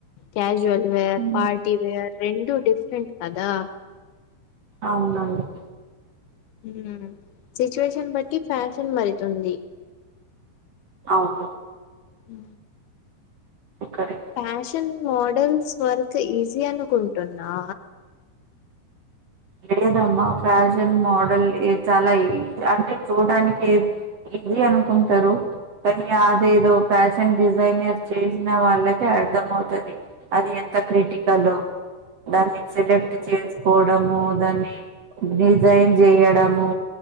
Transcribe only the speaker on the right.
ఉ
అవునండి
అవును
correct
లేదమ్మా ఫ్యాషన్ మోడల్ చాలా ఈ అంటే చూడడానికి ఈజీ అనుకుంటారు కానీ అదేదో ఫ్యాషన్ డిజైనర్ చేసిన వాళ్ళకే అర్థమవుతది అది ఎంత క్రిటికలో దాన్ని సెలెక్ట్ చేసుకోవడము దాన్ని డిజైన్ చేయడము